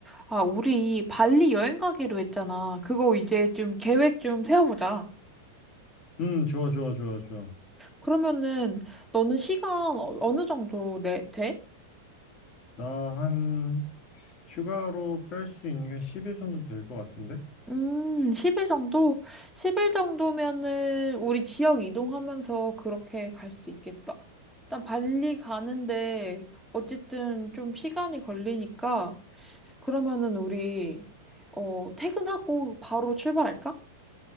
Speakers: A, in the centre; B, on the left.
A: 아, 우리 발리 여행 가기로 했잖아. 그거 이제 좀 계획 좀 세워보자.
B: 음, 좋아, 좋아, 좋아, 좋아.
A: 그러면은 너는 시간 어- 어느 정도 내, 돼?
B: 나 한, 휴가로 뺄 수 있는 게 10일 정도 될 것 같은데?
A: 음, 10일 정도? 10일 정도면은 우리 지역 이동하면서 그렇게 갈 수 있겠다. 일단 발리 가는데 어쨌든 좀 시간이 걸리니까 그러면은 우리 어, 퇴근하고 바로 출발할까?